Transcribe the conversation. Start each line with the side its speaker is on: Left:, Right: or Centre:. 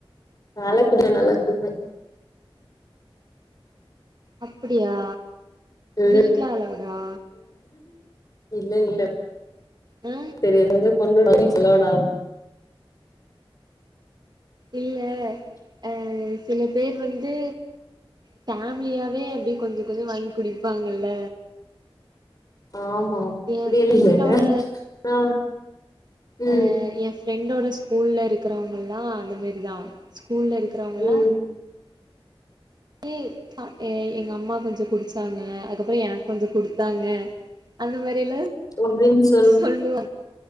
Left: நல் லா <unintelligible> நல்லா குடிப்பே
Right: அப்டியா
Left: ம்
Right: வீட்ல அளவுடா
Left: இல்ல இல்ல
Right: ஆ
Left: தெரியது வந்து <unintelligible>
Right: இல்ல அ சில பேர் வந்து ஃபேமிலியாவே அப்டி கொஞ்ச கொஞ்சோ வாங்கி குடிபாங்கல்ல
Left: ஆமா அப்படில்லல
Right: எ ஃப்ரெண்டோட
Left: ஆ ம்
Right: அ ஏ ஃப்ரெண்டோட ஸ்கூல்ல இருகிறவங்கல்லா அந்த மேரிதா ஸ்கூல்ல இருக் கிறவங்கலா
Left: ம்
Right: தி அ எ எங்க அம்மா கொஞ்சோ குடிச்சாங்க அதுக்கப்புறோ எனக்கொஞ்ச குடுதாங்க அந்த மாரில
Left: ஒ ட்ரீம்ஸ்
Right: சொல்லுவ